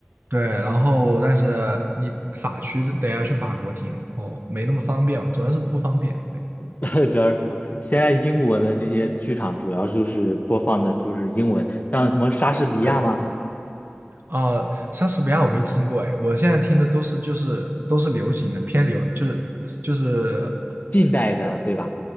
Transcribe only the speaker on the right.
对，然后但是你法区得要去法国听，然后没那么方便嘛，主要是不方便。对
对，呃，莎士比亚我没听过哎，我现在听的都是就是都是流行的，偏流就是就是